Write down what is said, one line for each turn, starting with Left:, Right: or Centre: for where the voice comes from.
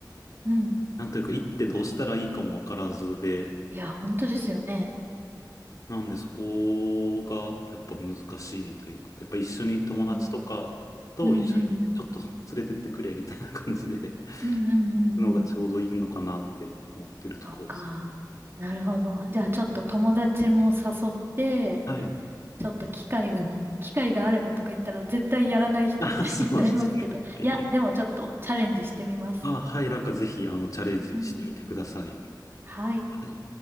Right: うん。うん。
Left: なんというか行ってどうしたらいいかもわからずで、
Right: いや、本当ですよね。
Left: なんでそこがやっぱ難しいというか、やっぱ一緒に友達とかと一緒にちょっと連れてってくれみたいな感じで、
Right: うん。うんうんうん。うんうんうんうん。
Left: のがちょうどいいのかなって思ってるところです。
Right: そっか。なるほど。じゃあ、ちょっと友達も誘って、
Left: はい。
Right: ちょっと機会が、<laughs> 機会があればとか言ったら絶対やらない人みたいになりますけど。
Left: あ、そうですね。はい。
Right: いや、でもちょっとチャレンジしてみます。
Left: あ、はい、なんかぜひあのチャレンジしてみてください。
Right: うん。はい。
Left: はい。